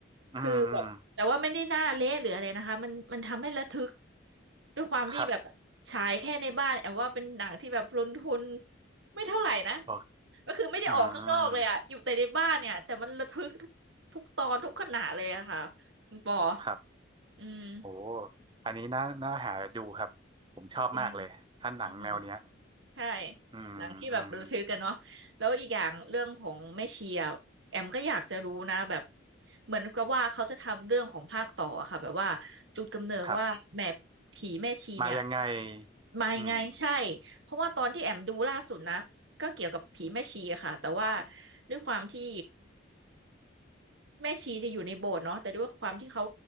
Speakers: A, on the right (about 25°); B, on the right (about 70°).
A: อืมอืม
B: คือแบบแต่ว่าไม่ได้หน้าเละหรืออะไรนะคะมันมันทำให้ระทึกด้วยความที่แบบฉายแค่ในบ้านแอบว่าเป็นหนังที่แบบลงทุน
A: ครับ
B: ไม่เท่าไหร่นะ
A: โอ
B: ก็คือไม่ได้ออกข้างนอกเลยอะอยู่แต่ในบ้านเนี่ยแต่มันระทึกทุกทุกตอนทุกขณะเลยอะค่ะคุณปอ
A: อืมครับ
B: อืม
A: โอ้อันนี้น่าน่าหาดูครับ ผมชอบมากเลยถ้าหนังแนวเนี้ย
B: จริงอืม ใช่
A: อืมอืม
B: หนังที่แบบระทึกกันเนาะแล้วอีกอย่างเรื่องของแม่ชีอะแอมก็อยากจะรู้นะแบบเหมือนกับว่าเขาจะทำเรื่องของภาคต่ออะค่ะแบบว่าจุดกำเนิดว่าแม่ผีแม่ชีเนี่ย
A: ครับมายังไง
B: มายังไงใช่
A: อืม
B: เพราะว่าตอนที่แอมดูล่าสุดนะก็เกี่ยวกับผีแม่ชีอะค่ะแต่ว่าด้วยความที่ แม่ชีจะอยู่ในโบสถ์เนาะแต่ด้วยความที่เขา